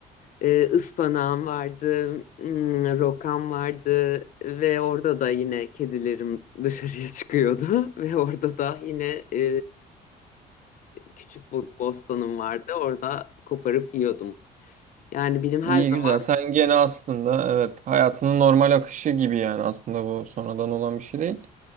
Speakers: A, on the left; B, on the right.
A: E, ıspanağım vardı, hmm, rokam vardı ve orada da yine kedilerim dışarıya <laughs> çıkıyordu ve orada da yine e, küçük bo- bostanım vardı. Orada koparıp yiyordum. Yani benim her
B: İyi
A: zaman
B: güzel. Sen gene aslında evet hayatının normal akışı gibi yani aslında bu sonradan olan bir şey değil.